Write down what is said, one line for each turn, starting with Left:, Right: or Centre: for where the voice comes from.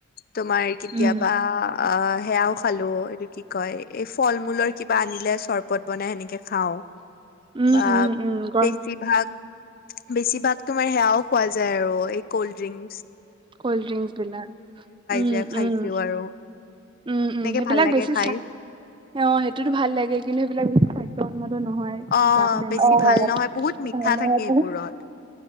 Left: তোমাৰ কেতিয়াবা
Right: উম
Left: আহ সেয়াও। খালো এইটো কি কয় এই ফল মূলৰ কিব। বা আনিলে চৰবত বনাই সেনেকে খাওঁ।
Right: উম
Left: বা
Right: উম উম গৰম
Left: বেছিভাগ। বেছি ভাগ তোমাৰ সেয়াও খোৱা যায় আৰু এই কল্ড ড্ৰিংক।
Right: কল্ৰিং বিলাক উ উ
Left: যায় খাইছো
Right: উম
Left: আৰু
Right: উম
Left: এনেকে
Right: সেইবিলাক
Left: ভাল লাগে
Right: বেছি
Left: খাই
Right: চাই অ সেইটোতো ভাল লাগে। কিন্ত সবাক স্বাস্থ্যন্ত। নহয়
Left: অ
Right: বেমাৰহ
Left: বেছি ভাল নহয় বহুত মিঠা থাকে সেইবোৰত